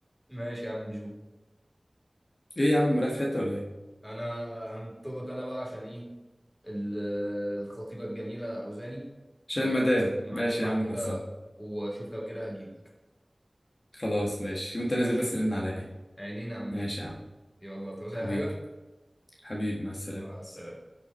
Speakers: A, on the left; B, on the left.
A: ماشي يا عم جو
B: ايه يا عم رايح في حته ولا ايه
A: انا هنطلق انا بقى عشان ايه ال- الخطيبه الجميله عاوزاني
B: شايل
A: فاسلم
B: مدام
A: مع
B: ماشي
A: الجماعه
B: يا عم
A: كده
B: خلصان
A: واشوف لو كده هجيلك
B: خلاص ماشي وانت نازل
A: ماشي
B: بس رن عليا
A: عينينا يا عم
B: ماشي
A: جو
B: يا عم
A: يلا تعوز
B: حبيبي
A: اي حاجه
B: حبيبي مع السلامة
A: مع السلامه